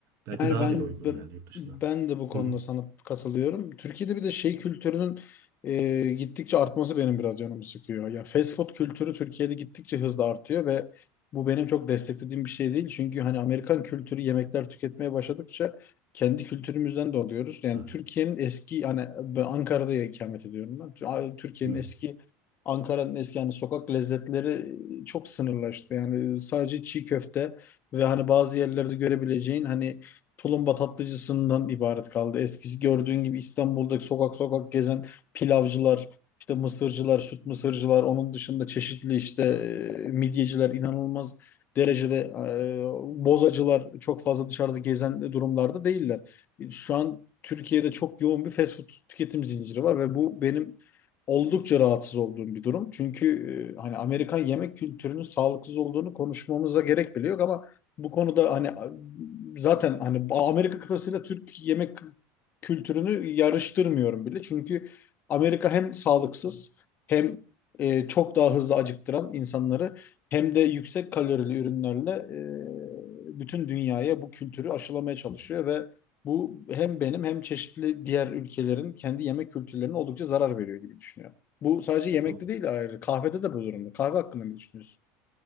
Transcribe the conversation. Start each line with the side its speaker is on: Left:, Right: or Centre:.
Right: Belki
Left: Yani
Right: daha
Left: ben
Right: bile uygun
Left: b-
Right: yani yurt dışına.
Left: ben de bu konuda
Right: Hı hı.
Left: sana katılıyorum. Türkiye'de bir de şey kültürünün e, gittikçe artması benim biraz canımı sıkıyor. Ya fast food kültürü Türkiye'de gittikçe hızla artıyor ve bu benim çok desteklediğim bir şey değil. Çünkü hani Amerikan kültürü yemekler tüketmeye başladıkça kendi kültürümüzden de oluyoruz. Yani
Right: Ha,
Left: Türkiye'nin eski hani ben Ankara'da ikamet ediyorum ben. A- Türkiye'nin
Right: hı.
Left: eski Ankara'nın eski yani sokak lezzetleri e, çok sınırlaştı. Yani sadece çiğ köfte ve hani bazı yerlerde görebileceğin hani tulumba tatlıcısından ibaret kaldı. Eskisi gördüğün gibi İstanbul'daki sokak sokak gezen pilavcılar, işte mısırcılar, süt mısırcılar, onun dışında çeşitli işte e, midyeciler inanılmaz derecede e, bozacılar çok fazla dışarıda gezen durumlarda değiller. Şu an Türkiye'de çok yoğun bir fast food tüketim zinciri var ve bu benim oldukça rahatsız olduğum bir durum. Çünkü e, hani Amerikan yemek kültürünün sağlıksız olduğunu konuşmamıza gerek bile yok ama bu konuda hani zaten hani Amerika kıtasıyla Türk yemek kültürünü yarıştırmıyorum bile. Çünkü Amerika hem sağlıksız hem e, çok daha hızlı acıktıran insanları hem de yüksek kalorili ürünlerle e, bütün dünyaya bu kültürü aşılamaya çalışıyor ve bu hem benim hem çeşitli diğer ülkelerin kendi yemek kültürlerine oldukça zarar veriyor gibi düşünüyorum. Bu sadece yemekte
Right: O-
Left: değil ayrı. Kahvede de bu durumda. Kahve hakkında ne düşünüyorsun?